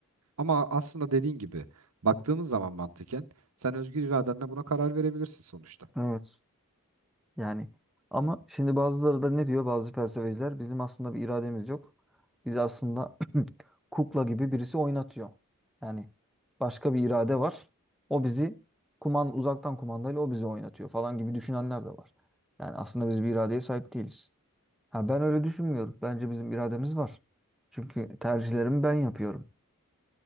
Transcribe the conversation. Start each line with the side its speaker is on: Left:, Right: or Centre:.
Right: Ama aslında dediğin gibi baktığımız zaman mantıken sen özgür iradenle buna karar verebilirsin sonuçta.
Centre: Evet. Yani ama şimdi bazıları da ne diyor bazı felsefeciler? Bizim aslında bir irademiz yok. Biz aslında <clears throat> kukla gibi birisi oynatıyor. Yani başka bir irade var. O bizi kuman uzaktan kumandayla o bizi oynatıyor falan gibi düşünenler de var. Yani aslında biz bir iradeye sahip değiliz. Ha, ben öyle düşünmüyorum. Bence bizim irademiz var. Çünkü tercihlerimi ben yapıyorum.